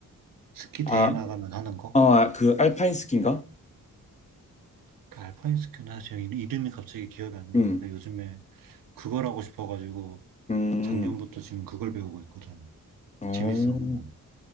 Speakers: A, on the right; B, on the left.
A: 스키
B: 아,
A: 대회 나가면 하는 거?
B: 아, 그 알파인 스키인가?
A: 그 알파인 스키나 지금 이- 이름이 갑자기 기억이 안 나는데
B: 음,
A: 요즘에 그걸 하고 싶어가지고
B: 음,
A: 작년부터 지금 그걸 배우고 있거든.
B: 어.
A: 재밌어, 그거.